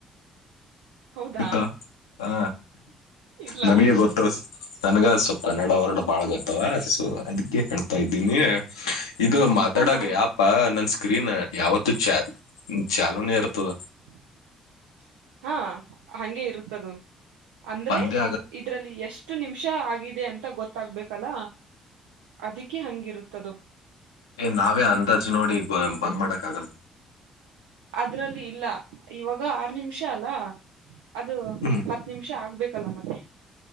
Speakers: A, on the right (about 70°); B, on the left (about 75°).
A: ಹೌದಾ
B: ಸುತ್ತ ಹ
A: ಇಲ್ಲ
B: ನನಗೆ ಗೊತ್ತ ನನ್ಗ ಸ್ವಲ್ಪ್ ಕನ್ನಡ ವರ್ಡ್ ಬಾಳ್ ಗೊತ್ತವ ಸೊ ಅದಕ್ಕೆ ಹೇಳ್ತಾ ಇದ್ದೀನಿ ಇದು ಮಾತಾಡಾಗ
A: ಹ ಹಾ
B: ಯಾಪ್ ನನ್ ಸ್ಕ್ರೀನ್ ಯಾವತ್ <inaudible> ಚಾಲೂನೇ ಇರ್ತದ
A: <inaudible> ಹಾ ಹಂಗೆ ಇರುತ್ತದು <inaudible> ಅಂದ್ರೆ
B: ಬಂದೇ ಆಗಲ್ಲ
A: ಇದ್ರಲ್ಲಿ ಎಷ್ಟು ನಿಮಿಷ ಆಗಿದೆ ಅಂತ ಗೊತ್ತಾಗ್ಬೇಕಲ್ಲ ಅದಕ್ಕೆ ಹಂಗಿರುತ್ತದ
B: ಏ ನಾವೇ ಅಂದಾಜ್ ನೋಡಿ ಬ ಬಂದ್ ಮಾಡಕ್ ಆಗಲ್ಲ
A: ಅದ್ರಲ್ಲಿ ಇಲ್ಲ ಇವಾಗ ಆರ್ ನಿಮಿಷ ಅಲ್ಲ ಅದ
B: ಹ್ಮ್
A: ಹತ್ತ ನಿಮಿಷ ಆಗ್ಬೇಕಲ್ಲ ಮತ್ತೆ